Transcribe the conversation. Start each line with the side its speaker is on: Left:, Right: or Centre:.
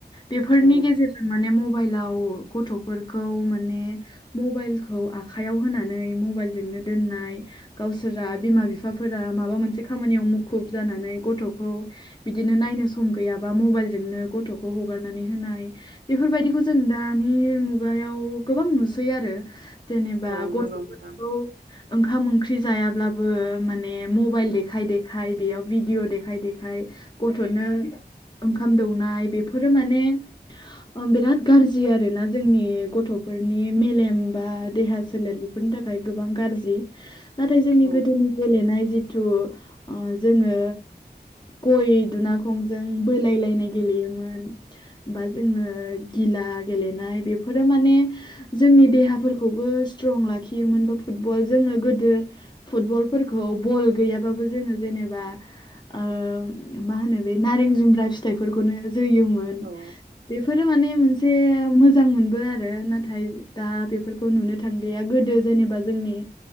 Left: बेफोरनि
Right: औ
Left: गेजेरजों माने मबाइलाव गथ'फोरखौ माने। मबाइलखौ आखाइयाव होनानै मबाइलजोंनो दोननाय। गावसोरा बिमा बिफाफोरा माबा मोनसे खामानियाव मुखुब जानानै गथ'खौ। बिदिनो नायनो सम गैयाबा मबाइलजोंनो गथ'खौ हगारनानै होनाय। बेफोरबायदिखौ जों दानि मुगायाव गोबां नुसै आरो। जेनेबा
Right: औ नंगौ
Left: गथ'फोरखौ
Right: नोंथां
Left: ओंखाम ओंख्रि जायाब्लाबो माने मबाइल देखाय दे खाय बेयाव भिडअ देखाय देखाय गथ'नो। ओंखाम दौनाय बेफोरो माने। ओम बेराद गाज्रि आरो ना जोंनि गथ'फोरनि मेलेम बा देहा सोलेर फोरनि थाखाय गोबां गाज्रि नाथाय जोंनि
Right: औ
Left: गोदोनि गेलेनाय जिथु ओ जोङो गय दुनाखंजों बोलाय लायनाय गेलेयोमोन। बा जोङो गिला गेलेनाय बेफोरो माने जोंनि देहाफोरखौबो स्ट्रं लाखियोमोन बा फुटबल जोङो गोदो फुटबलफोरखौ बल गैयाबाबो जोङो जेनेबा ओ मा होनो बे नारें जुमब्रा फिथाइफोरखौनो जोनयोमोन
Right: औ
Left: बेफोरो माने मोनसे मोजां मोन बो आरो नाथाय दा बेफोरखौ नुनो थांलिया गोदो जेनेबा जोंनि